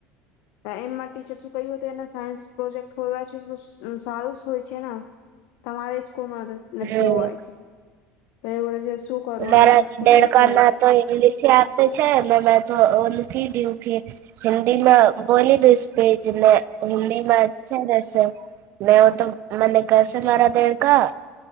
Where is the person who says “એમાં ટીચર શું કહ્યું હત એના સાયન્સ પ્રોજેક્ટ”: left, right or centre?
Left